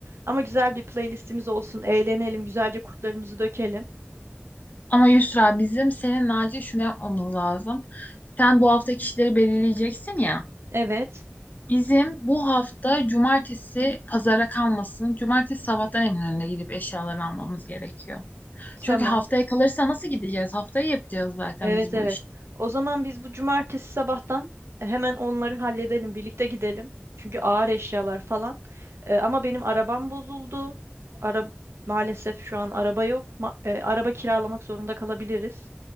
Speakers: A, on the right; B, on the left.
A: Ama güzel bir playlistimiz olsun eğlenelim güzelce kurtlarımızı dökelim.
B: Ama Yusra bizim senin acil şunu yapmamız lazım. Sen bu hafta kişileri belirleyeceksin ya.
A: Evet
B: Bizim bu hafta cumartesi pazara kalmasın. Cumartesi sabahtan Eminönü'ne gidip eşyalarını almamız gerekiyor.
A: tamam
B: Çünkü haftaya kalırsa nasıl gideceğiz? Haftaya yapacağız zaten
A: evet
B: biz
A: evet.
B: bu işi.
A: O zaman biz bu cumartesi sabahtan e, hemen onları halledelim birlikte gidelim. Çünkü ağır eşyalar falan. Ee, ama benim arabam bozuldu. Ara maalesef şu an araba yok. Ma- e, araba kiralamak zorunda kalabiliriz.